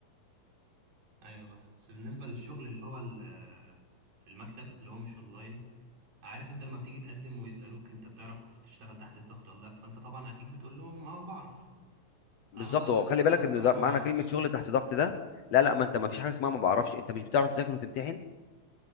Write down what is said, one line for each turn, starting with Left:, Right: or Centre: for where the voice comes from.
Right: ايوه صح بس بالنسبة للشغل اللي هو ال- في المكتب اللي هو مش اونلاين عارف انت لما بتيجي تقدم ويسألوك انت بتعرف تشتغل تحت الضغط ولا لا فانت طبعا اكيد بتقول لهم اه بعرف
Left: فبالظبط
Right: انا بقى
Left: هو خلي بالك
Right: انا الصراحة
Left: ان ده معنى
Right: ما بعرفش
Left: كلمه شغل تحت ضغط ده لا لا ما انت ما فيش حاجه اسمها ما بعرفش انت مش بتعرف تذاكر وتمتحن